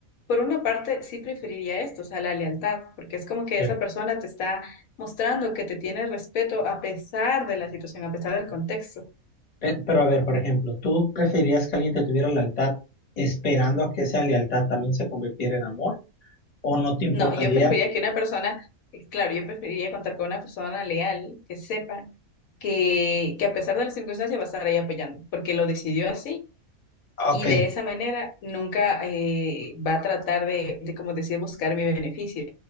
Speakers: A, on the left; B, on the left.
A: por una parte, sí preferiría esto, o sea, la lealtad, porque es como que
B: sí.
A: esa persona te está mostrando que te tiene respeto a pesar de la situación, a pesar del contexto.
B: Pe- Pero a ver, por ejemplo, ¿tú preferirías que alguien te tuviera lealtad esperando a que esa lealtad también se convirtiera en amor? ¿O no te importaría?
A: No, yo preferiría que una persona, claro, yo preferiría contar con una persona leal que sepa que, que a pesar de las circunstancias va a estar ahí apoyando, porque lo decidió así
B: Ok,
A: y de esa manera nunca eh, va a tratar de, de, como decía, buscar mi beneficio.